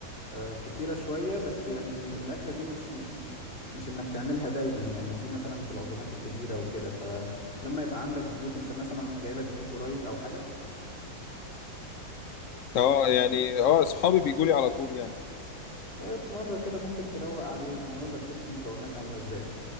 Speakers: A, on the left; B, on the left.
A: آه، كتيرة شوية بس يعني الأكلة دي مش مش مش إنك تعملها دايما يعني دي مثلا في العزومات الكبيرة وكده فلما يبقى عندك ضيوف أنت مثلا جايلك ضيوف قريب أو حاجة
B: اه يعني اه اصحابي بيجوا لي على طول يعني
A: إيه، في مرة كده ممكن تروق عليهم هقولك بص المكونات عاملة إزاي